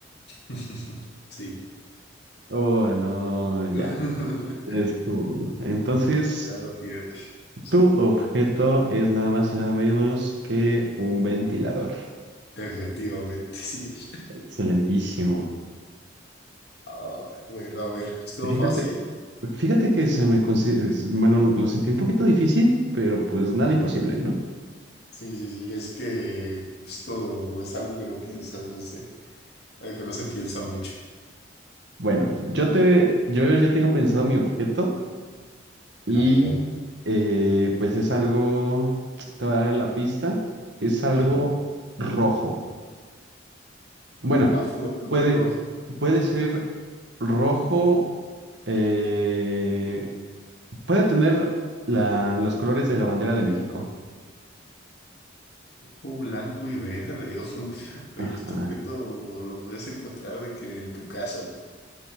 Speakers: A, on the left; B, on the right.
A: <laughs> Sí.
B: Oh, no,
A: <laughs>
B: ya. Es tu- Entonces,
A: Ya lo tienes. Sí,
B: tu objeto es nada más y nada menos que un ventilador.
A: Efectivamente, sí es.
B: Excelentísimo.
A: Ah, bueno, a ver, ¿estuvo
B: Fíjate,
A: fácil?
B: fíjate que se me consi- es- bueno, lo sentí un poquito difícil, pero pues nada imposible, ¿no?
A: Sí, sí, sí, es que justo es algo que no piensas, no sé, algo que no se piensa mucho.
B: Bueno, yo te, yo ya tengo pensado mi objeto y
A: A ver, a ver.
B: eh, pues es algo, te voy a dar la pista, es algo
A: Ujú.
B: rojo. Bueno,
A: O a fuerza
B: puede,
A: de rojo,
B: puede ser rojo, eh, puede tener la- los colores de la bandera de México.
A: o blanco y verde. o- <laughs> Oye,
B: Ajá.
A: esto que todo lo puedes encontrar de que en tu casa,